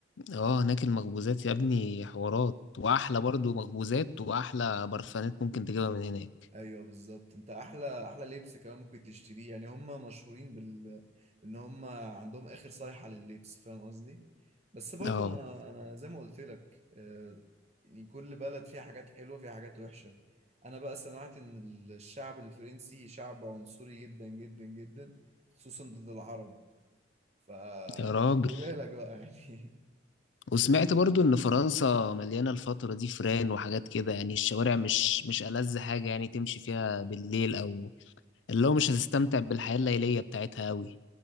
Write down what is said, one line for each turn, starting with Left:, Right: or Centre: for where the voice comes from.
Left: اه هناك المخبوزات يا ابني حوارات واحلى برضو مخبوزات واحلى برفانات ممكن تجيبها من هناك
Right: ايوه بالظبط انت احلى احلى لبس كمان ممكن تشتريه يعني هم مشهورين بال ان هم عندهم اخر صيحة لللبس فاهم قصدي بس برضو
Left: اه
Right: انا انا زي ما قلت لك آه، يعني كل بلد فيها حاجات حلوة فيها حاجات وحشة انا بقى سمعت ان الشعب الفرنسي شعب عنصري جدا جدا جدا خصوصا ضد العرب فخلي
Left: يا راجل
Right: بالك بقى يعني
Left: وسمعت برضو ان فرنسا مليانة الفترة دي فران وحاجات كده يعني الشوارع مش مش ألذ حاجة يعني تمشي فيها بالليل او اللي هو مش هتستمتع بالحياة الليلية بتاعتها أوي